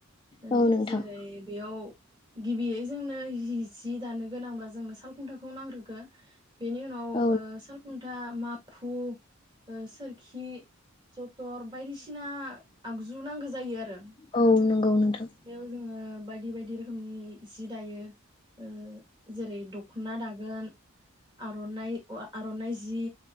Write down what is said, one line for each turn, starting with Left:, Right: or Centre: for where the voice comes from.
Right: ओ
Left: औ नोंथां
Right: जेरै बेयाव गिबियै जोंनो हि सि दानो गोनांब्ला जोंनो साल खुन्थाखौ नांग्रोगो। बेनि उनाव
Left: औ
Right: ओ सालखुन्था माखु ओ सोरखि जटर बायदिसिना आगजु जु नांगो जायो आरो।
Left: औ नंगौ नोंथां
Right: बेयाव जोङो बायदि बायदि रोखोमनि सि दायो। ओ जेरै दखना दागोन। आर'नाइ अ आ-आर'नाइ जि